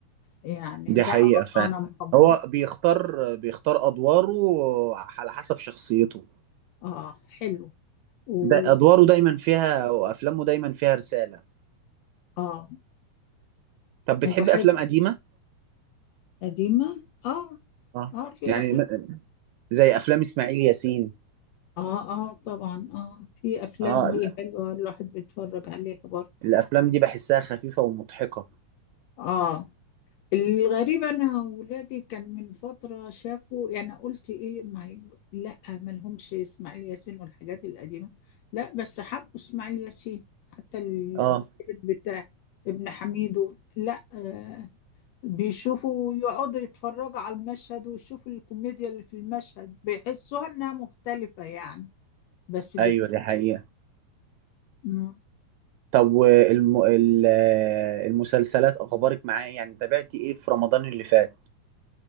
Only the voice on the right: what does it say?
دي
حقيقة
فعلا
هو بيختار بيختار أدواره على حسب شخصيته
ده أدواره دايما فيها وأفلامه دايما فيها رسالة
طب بتحب
أفلام قديمة؟
اه
يعني
م- زي أفلام إسماعيل ياسين
اه
ال-
الأفلام دي بحسها خفيفة ومضحكة
اه
أيوة دي حقيقة
طب والم... ال- المسلسلات أخبارك معاه إيه؟ يعني تابعتي إيه في رمضان اللي فات؟